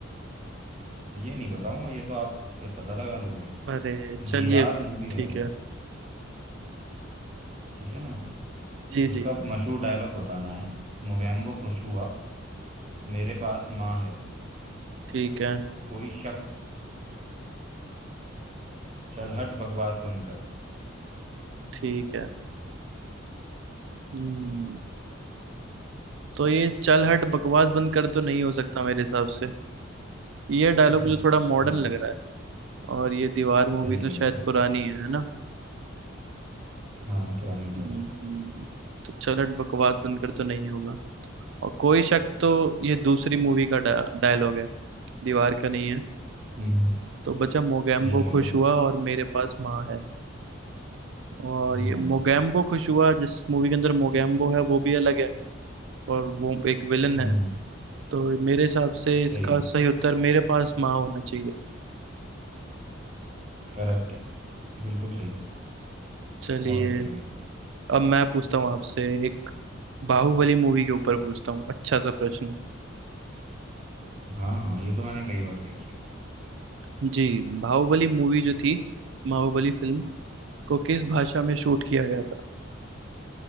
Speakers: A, on the right; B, on the right.
A: ये नहीं बताऊंगा ये तो आप फिर पता लगा लोगे
B: अरे चलिए
A: दीवार मूवी है
B: ठीक है
A: ठीक है ना
B: जी
A: उसका
B: जी
A: मशहूर डायलॉग बताना है मोगैम्बो खुश हुआ मेरे पास माँ है
B: ठीक है
A: कोई शक चल हट बकवास बंद कर
B: ठीक है हम्म, तो ये चल हट बकवास बंद कर तो नहीं हो सकता मेरे हिसाब से ये डायलॉग
A: <laughs>
B: मुझे थोड़ा मॉडर्न
A: हाँ
B: लग रहा है और ये दीवार मूवी
A: सही
B: तो
A: कह
B: शायद
A: रहे
B: पुरानी है है ना
A: हो हाँ पुरानी तो
B: हम्म,
A: है
B: तो चल हट बकवास बंद कर तो नहीं होगा और कोई शक तो ये दूसरी मूवी का डा, डायलॉग है दीवार का नहीं है
A: हम्म हम्म,
B: तो बचा मोगैम्बो
A: सही कह
B: खुश
A: रहे हो
B: हुआ और मेरे पास माँ है और
A: हाँ
B: ये
A: हम्म
B: मोगैम्बो खुश हुआ जिस मूवी के अंदर मोगैम्बो है वो भी अलग है और वो एक विलन
A: हम्म,
B: है तो मेरे हिसाब से
A: सही
B: इसका
A: है
B: सही उत्तर मेरे पास माँ होना चाहिए
A: करेक्ट है बिल्कुल सही
B: चलिए
A: बहुत अच्छी हुई
B: अब मैं पूछता हूँ आपसे एक बाहुबली मूवी के ऊपर पूछता हूँ अच्छा सा प्रश्न
A: हाँ हाँ ये तो मैंने कई बार देखी
B: जी बाहुबली मूवी जो थी बाहुबली फिल्म को किस भाषा में शूट किया गया था